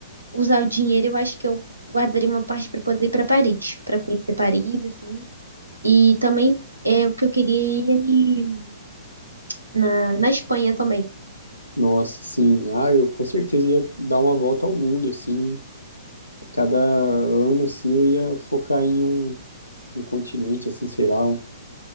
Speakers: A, on the right; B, on the left.
A: usar o dinheiro, eu acho que eu guardaria uma parte para poder ir para Paris, para conhecer Paris, assim. E também é o que eu queria é ir ali na, na Espanha também.
B: Nossa, sim. Ah, eu com certeza ia dar uma volta ao mundo, assim, A cada ano, assim, eu ia focar em um, um continente, assim, sei lá. um-